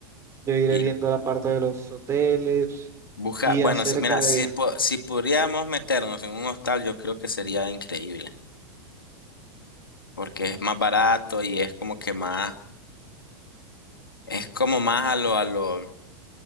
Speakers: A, on the right; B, on the left.
A: yo iré
B: y
A: viendo la parte de los hoteles
B: buscar,
A: y
B: bueno,
A: acerca
B: si- mira,
A: de...
B: si, po- si podríamos meternos en un hostal, yo creo que sería increíble, porque es más barato y es como que más, es como más a lo, a lo